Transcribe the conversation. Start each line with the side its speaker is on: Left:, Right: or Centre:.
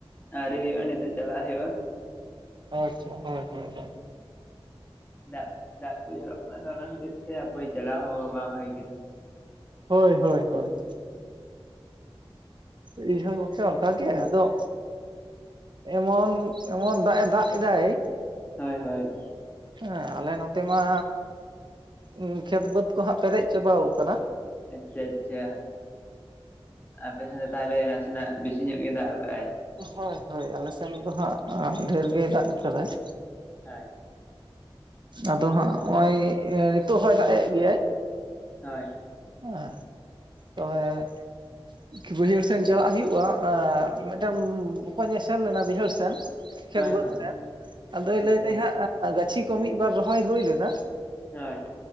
Left: ᱟᱹᱣᱨᱤ ᱦᱩᱭᱩᱜᱼᱟ, ᱱᱤᱛᱚᱜ ᱪᱟᱞᱟᱣ ᱦᱩᱭᱩᱜᱼᱟ᱾
Right: ᱚ ᱟᱪᱪᱷᱟ ᱦᱚᱭ ᱦᱚᱭ ᱦᱳᱭ
Left: ᱫᱟᱜ ᱫᱟᱜ ᱠᱚ ᱡᱚᱨᱚᱜ ᱠᱟᱱᱟ ᱛᱚ ᱚᱱᱟ ᱠᱷᱟᱹᱛᱤᱨ ᱛᱮ ᱦᱟᱯᱟᱹᱭ ᱪᱟᱞᱟᱣ ᱦᱚᱸ ᱵᱟᱝ ᱦᱩᱭ ᱠᱟᱱᱟ᱾
Right: ᱦᱳᱭ ᱦᱳᱭ ᱦᱳᱭ ᱤᱧ ᱦᱚᱸ ᱜᱚᱝᱠᱮ ᱚᱱᱠᱟ ᱜᱮ ᱟᱫᱚᱼᱼ ᱮᱢᱚᱱ ᱮᱢᱚᱱ ᱫᱟᱜ ᱮ ᱫᱟᱜ ᱮᱫᱟᱭ
Left: ᱦᱚᱭ ᱦᱳᱭ
Right: ᱮ ᱟᱞᱮ ᱱᱚᱛᱮ ᱢᱟ ᱩᱸ ᱠᱷᱮᱛ ᱵᱟᱹᱫᱽ ᱠᱚ ᱦᱟᱸᱜ ᱯᱮᱨᱮᱡ ᱪᱟᱵᱟᱣ ᱠᱟᱱᱟ᱾
Left: ᱟᱪᱪᱷᱟ ᱟᱪᱪᱷᱟ ᱟᱯᱮ ᱥᱮᱱ ᱫᱚ ᱛᱟᱦᱞᱮ ᱱᱟᱥᱮ ᱱᱟᱜ ᱵᱤᱥᱤ ᱧᱚᱜ ᱜᱮ ᱫᱟᱜ ᱠᱟᱜᱼᱟᱭ᱾
Right: ᱦᱚᱭ ᱦᱚᱭ ᱟᱞᱮ ᱥᱮᱱ ᱫᱚ ᱦᱟᱸᱜ ᱟᱸ ᱰᱷᱮᱨ ᱜᱮᱭ ᱫᱟᱜ ᱠᱟᱫᱟᱭ᱾
Left: ᱦᱮᱸ
Right: ᱟᱫᱚ ᱦᱟᱸᱜ ᱦᱚᱸᱜᱼᱚᱭ ᱮ ᱱᱤᱛᱳᱜ ᱦᱚᱸᱭ ᱫᱟᱜ ᱮᱫ ᱜᱮᱭᱟᱭ᱾
Left: ᱦᱚᱭ
Right: ᱮᱸ ᱛᱚᱶᱮ ᱠᱤ ᱵᱟᱹᱭᱦᱟᱹᱲ ᱥᱮᱱ ᱪᱟᱞᱟᱜ ᱦᱩᱭᱩᱜᱼᱟ ᱮᱸ ᱢᱤᱫᱴᱮᱱ ᱵᱚᱠᱚᱧ ᱮ ᱥᱮᱱ ᱞᱮᱱᱟ ᱵᱟᱹᱭᱦᱟᱹᱲ ᱥᱮᱱ᱾ ᱠᱷᱮᱛ
Left: ᱦᱳᱭ
Right: ᱵᱟᱹᱫᱽ
Left: ᱦᱳᱭ
Right: ᱥᱮᱱ ᱟᱫᱚᱭ
Left: ᱟᱪᱪᱷᱟ
Right: ᱞᱟᱹᱭ ᱫᱟᱭ ᱦᱟᱸᱜ ᱜᱟᱹᱪᱷᱤ ᱠᱚ ᱢᱤᱫ ᱵᱟᱨ ᱨᱚᱦᱚᱭ ᱦᱩᱭ ᱞᱮᱱᱟ᱾
Left: ᱦᱚᱭ